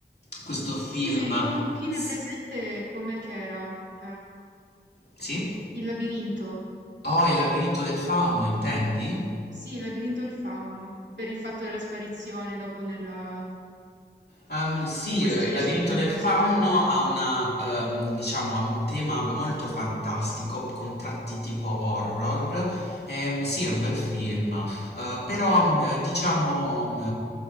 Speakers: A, on the left (about 65°); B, on the right (about 80°).
A: questo film...
B: Sì, mi ricordo un pochino,
A: s-
B: è presente com'è che era? Eh,
A: Sì?
B: il labirinto.
A: Oh, il labirinto del fauno, intendi?
B: Sì, il labirinto del fauno, per il fatto della sparizione dopo nella...
A: Ehm, sì,
B: in questa
A: eh,
B: specie
A: il labirinto
B: di universo
A: del fauno
B: parallelo,
A: ha una, ehm, diciamo, ha un tema molto fantastico, con tratti tipo horror. Ehm, sì, è un bel film, Eh, però mh, eh, diciamo mh,